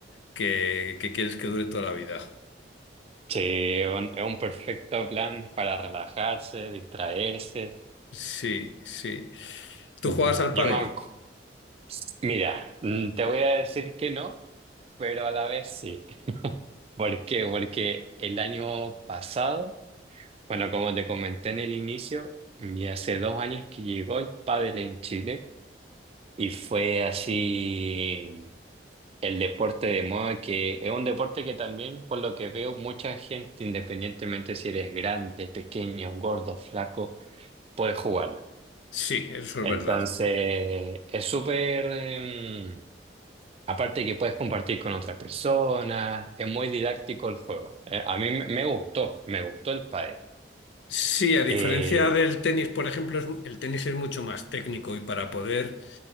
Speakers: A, on the left; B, on the right.
A: que, que quieres que dure toda la vida.
B: Sí, es un, es un perfecto plan para relajarse, distraerse.
A: Sí, sí. ¿Tú
B: Ujú.
A: juegas al
B: Yo
A: pádel?
B: me... acu- Mira, mm, te voy a decir que no. pero a la vez sí. <laughs> ¿Por qué? Porque el año pasado, bueno, como te comenté en el inicio, ya hace dos años que llegó el pádel en Chile y fue así el deporte de moda que es un deporte que también, por lo que veo, mucha gente, independientemente si eres grande, pequeño, gordo, flaco, puede jugarlo.
A: Sí, eso
B: Entonces,
A: es verdad.
B: es súper... em, Aparte que puedes compartir con otra persona, es muy didáctico el juego. Eh, a mí me me gustó, me gustó el pádel.
A: Sí, a diferencia
B: Eh,
A: del tenis, por ejemplo, es- el tenis es mucho más técnico y para poder